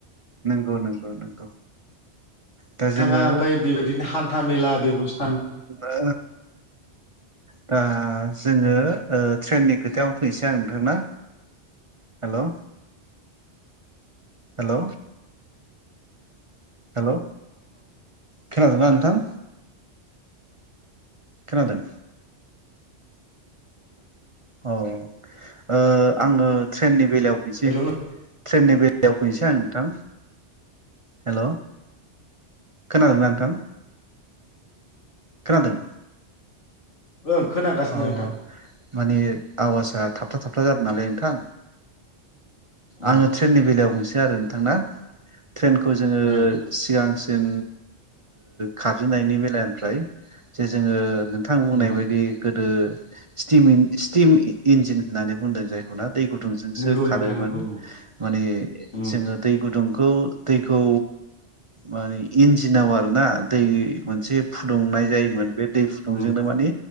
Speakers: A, on the right; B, on the left.
A: नंगौ नंगौ नंगौ दा जोङो
B: नोंथाङा ओमफफ्राय बेबायदिनो हान्था मेला बेबस्था
A: अ दा जोङो ट्रेननि खोथायावं फैनोसै आ मोनथांना हेल' हेल' हेल' औ खोनादोंना नोंथां खोनादों औ ओ आङो ट्रेननि बेलायाव फैसै
B: हेल'
A: ट्रेननि बेलायाव फैनोसै आं नोंथां हेल' खोनादोंना नोंथां खोनादों
B: ओं खोनागासिनो
A: अ
B: नोंथां
A: माने आवाज ओ थाबथा थाबथा जादों नालाय नोंथां
B: उम
A: आङो ट्रेननि बेलायाव मोनसे आरो नोंथांना ट्रेनखौ जोङो
B: ओं
A: सिगां जों खारजेननायनि बेलनिफ्राय जे जोङो नोंथां बुंनाय
B: उम
A: बायदि गोदो सितिम सितिम इनजिन होननानै बुंदों जायखौना गुदुंसो
B: नंगौ
A: खारोमोन
B: नोंथां नंगौ उम
A: माने
B: उम
A: जोङो दै गुदुं खौ दैखौ माने इन्जिनाव आरो ना दै मोनसे फुदुंनाय जायोमोन बे दै फुदुंजोंनो
B: उम
A: माने